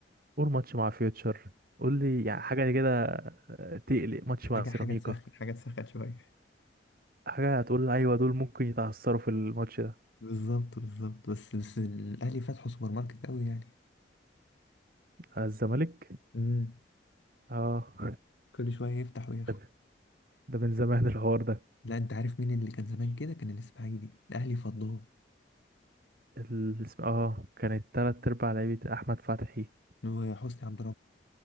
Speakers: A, on the right; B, on the left.
A: قول ماتش مع فيوتشر قول لي يعني حاجة كده آه، تقلق ماتش
B: حاجه
A: مع سيراميكا
B: حاجه تسخن حاجه تسخن شويه
A: حاجة هتقول أيوة دول ممكن يتعثروا في الماتش ده
B: بالظبط بالظبط بس بس الاهلي فتحوا سوبر ماركت قوي يعني
A: آه، الزمالك
B: امم
A: اه
B: كل شويه يفتح وياخد
A: ده, ده من زمان <laughs> الحوار ده
B: لا انت عارف مين اللي كان زمان كده كان الاسماعيلي الاهلي فضاه
A: ال- اسم- اه كانت تلات أرباع لعيبة أحمد فتحي
B: وحسني عبد